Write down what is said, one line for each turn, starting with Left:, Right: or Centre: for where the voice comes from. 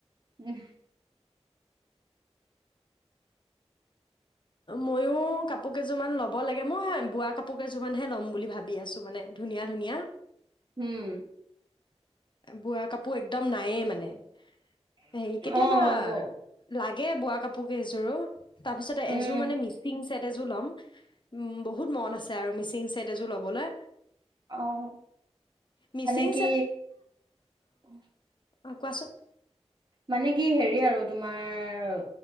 Right: উম।
Left: ময়ো কাপোৰ কেইযোৰমান ল'ব লাগে, মই বোৱা কাপোৰ কেইযোৰমানহে ল'ম বুলি ভাবি আছো মানে ধুনীয়া ধুনীয়া।
Right: উম।
Left: বোৱা কাপোৰ একদম নায়েই মানে। সেই কেতিয়াবা
Right: অ
Left: লাগে
Right: গ
Left: লাগে বোৱা কাপোৰ কেইযোৰো তাৰপিছতে
Right: উম
Left: এযোৰ মানে মিচিং ছেট এযোৰ ল'ম বহুত মন আছে আৰু মিচিং ছেট এযোৰ ল'বলৈ।
Right: অহ
Left: মিচিং
Right: মানে কি? আহ।
Left: অহ কোৱাচোন।
Right: মানে কি হেৰি আৰু তোমাৰ